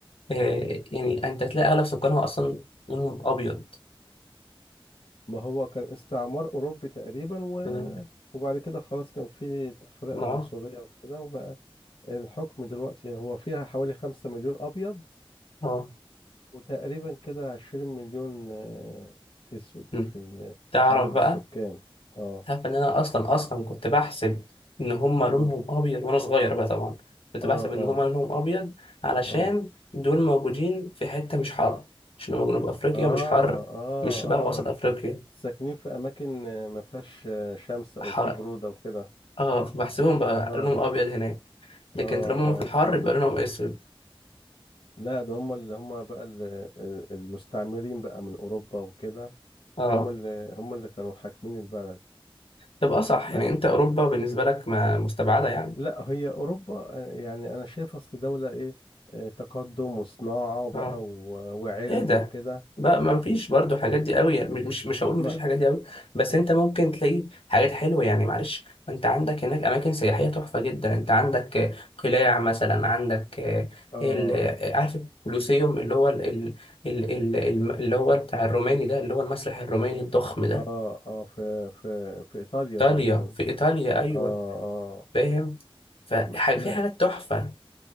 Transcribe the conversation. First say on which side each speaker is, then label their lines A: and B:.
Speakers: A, on the left; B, on the left.
A: آه يعني انت تلاقي اغلب سكانها اصلا لونهم ابيض
B: ما هو كان استعمار اوروبي تقريبا و...
A: مم.
B: وبعد كده خلاص كان في تفرقه
A: اه
B: عنصريه وكده وبقى الحكم دلوقتي هو فيها حوالي خمسة مليون ابيض
A: اه
B: وتقريبا كده عشرين مليون آه، اسود
A: مم.
B: في ال-
A: تعرف
B: عدد
A: بقى
B: السكان اه
A: تعرف ان انا اصلا اصلا كنت بحسب ان هما لونهم
B: مم.
A: ابيض وانا صغير بقى طبعا كنت
B: اه
A: بحسب ان
B: اه
A: هما لونهم ابيض علشان
B: اه
A: دول موجودين في حته مش حر عشان هما جنوب افريقيا
B: اه
A: مش حر
B: اه
A: مش شبه
B: اه
A: وسط افريقيا
B: ساكنين في اماكن آه، ما فيهاش آه، شمس او
A: حر
B: في برودة وكده
A: اه فبحسبهم بقى
B: اه
A: لونهم ابيض هناك لكن
B: اه
A: طالما هما
B: اه
A: في الحر يبقى لونهم اسود
B: لا ده هم اللي هم بقى ال- آه، المستعمرين بقى من اوروبا وكده
A: اه
B: هم اللي هم اللي كانوا حاكمين البلد
A: تبقى صح
B: لا
A: يعني انت اوروبا بالنسبه لك ما مستبعده يعني
B: لا هي اوروبا آه، يعني انا شايف اصل دولة ايه آه، تقدم وصناعة بقى
A: اه
B: و- وعلم
A: ايه ده
B: وكده
A: بقى ما فيش برضو حاجات دي قوي يعني مش مش هقول ما
B: ما
A: فيش الحاجات دي قوي بس انت ممكن تلاقي حاجات حلوه يعني معلش ما انت عندك هناك اماكن سياحيه تحفه جدا انت عندك آه، قلاع مثلا عندك آه،
B: اه
A: ال آه، عارف الكولوسيوم اللي هو ال ال ال ال الم- اللي هو بتاع الروماني ده اللي هو المسرح الروماني الضخم ده
B: اه اه في في في ايطاليا
A: ايطاليا
B: تقريبا
A: في ايطاليا ايوه
B: اه اه
A: فاهم فحاجه
B: ما ما-
A: في حاجات تحفه